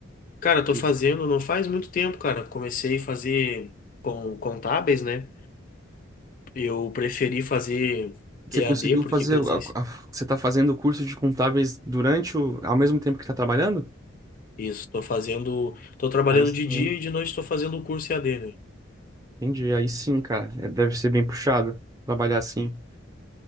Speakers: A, on the left; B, on the right.
A: Cara, tô
B: E
A: fazendo, não faz muito tempo, cara. Comecei a fazer com contábeis, né? Eu preferi fazer
B: Você
A: EAD,
B: conseguiu
A: porque
B: fazer.
A: presença
B: a- a- você tá fazendo o curso de contábeis durante o. ao mesmo tempo que tá trabalhando?
A: Isso, estou fazendo, estou trabalhando
B: Aí sim,
A: de
B: hein?
A: dia e de noite estou fazendo o curso EAD, né?
B: entendi. Aí sim, cara. É, Deve ser bem puxado trabalhar assim.